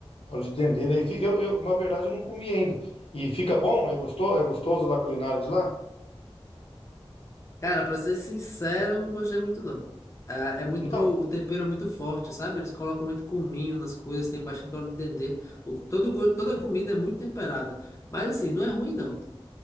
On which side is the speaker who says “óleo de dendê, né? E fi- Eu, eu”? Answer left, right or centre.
Left